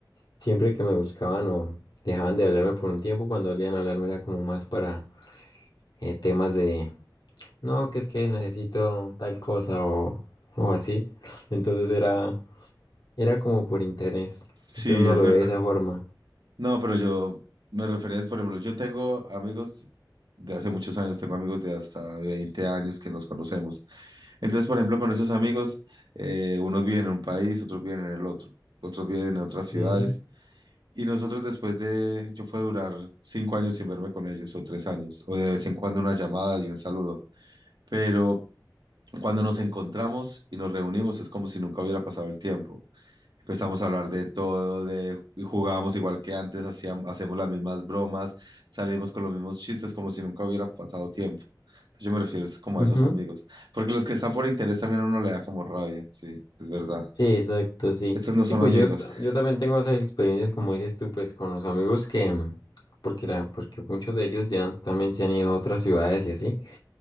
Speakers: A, on the left; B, on the right.
A: Siempre que me buscaban o dejaban de hablarme por un tiempo, cuando volvían a hablarme era como más para eh, temas de, no, que es que necesito tal cosa o, o así. Entonces era, era como por interés.
B: sí,
A: Entonces no
B: es
A: lo
B: verdad.
A: ve de esa forma.
B: No, pero yo me refería, por ejemplo, yo tengo amigos de hace muchos años, tengo amigos de hasta 20 años que nos conocemos. Entonces, por ejemplo, con esos amigos, eh, unos viven en un país, otros viven en el otro, otros viven en otras ciudades.
A: Sí.
B: Y nosotros después de, yo puedo durar cinco años sin verme con ellos, o tres años, o de vez en cuando una llamada y un saludo. Pero cuando nos encontramos y nos reunimos es como si nunca hubiera pasado el tiempo. Empezamos a hablar de todo, de jugábamos igual que antes, hacíamos, hacemos las mismas bromas, salimos con los mismos chistes como si nunca hubiera pasado tiempo. Entonces yo me refiero es como
A: Ujú.
B: a esos amigos, porque los que están por interés también a uno le da como rabia, sí, es verdad.
A: Sí, exacto, sí.
B: Estos no
A: Sí,
B: son
A: pues
B: amigos.
A: yo, t- yo también tengo esas experiencias, como dices tú, pues con los amigos que, mm, porque, la, porque muchos de ellos ya han- también se han ido a otras ciudades y así.